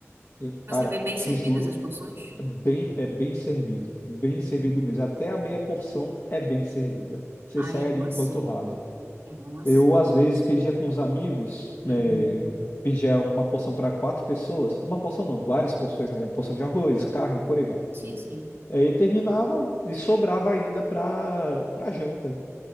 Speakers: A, on the right; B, on the left.
A: Tipo
B: E, Cara,
A: assim, vem bem
B: te
A: servidas
B: juro,
A: as porções.
B: É bem, é bem servido, bem
A: Uhum.
B: servido mesmo. Até a meia porção é bem servida. Você
A: Ai,
B: sai
A: é bom
B: ali
A: assim.
B: empanturrado.
A: É bom assim.
B: Eu, às vezes, pedia com os amigos, é,
A: Uhum.
B: pedia uma porção para quatro pessoas, uma porção não, várias porções, né? Porção de arroz, carne, por aí vai.
A: Sim, sim.
B: Aí terminava e sobrava ainda para para janta.